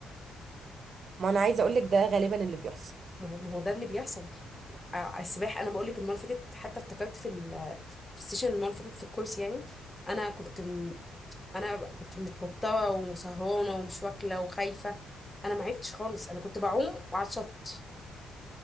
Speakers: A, on the right; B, on the left.
A: ما انا عايزه اقول لك ده غالبا اللي بيحصل
B: ما هو ما هو ده اللي بيحصل ع- السباحه انا بقول لك المره اللي فاتت حتى افتكرت في ال في السيشن المره اللي فاتت في الكورس يعني انا كنت م... انا ب- كنت متوتره وسهرانه ومش واكله وخايفه انا ما عرفتش خالص انا كنت بعوم وعلى الشط